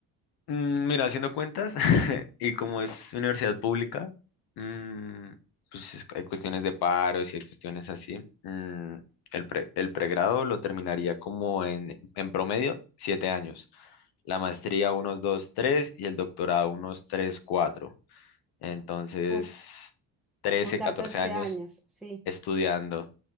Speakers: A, on the left; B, in the centre.
A: Mm, Mira, haciendo cuentas, <laughs> y como es universidad pública, mm, pues es- hay cuestiones de paros y hay cuestiones así. mm, el pre- el pregrado lo terminaría como en, en promedio siete años. La maestría unos dos, tres y el doctorado unos tres, cuatro. Entonces,
B: Uf,
A: 13
B: son 14
A: 14 años
B: años, sí.
A: estudiando.